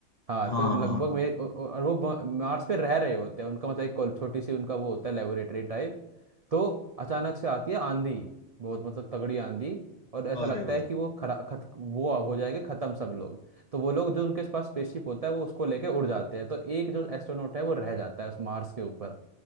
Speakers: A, on the right; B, on the left.
A: हाँ
B: हाँ
A: तो लगभग
B: हाँ
A: मेरे औ- औ- और वो ब- मार्स पे रह रहे होते हैं उनका मतलब एक कॉल- छोटी सी उनका वो होता है लेबोरेटरी टाइप तो अचानक से आती है आंधी बहुत मतलब तगड़ी आंधी और ऐसा
B: अरे
A: लगता
B: भाई
A: है कि वो खरा खत वो हो जाएगा खत्म सब लोग तो वो लोग जो उनके पास स्पेसशिप होता है वो उसको लेके उड़ जाते हैं तो एक जो एस्ट्रोनॉट है वो रह जाता है उस मार्स के ऊपर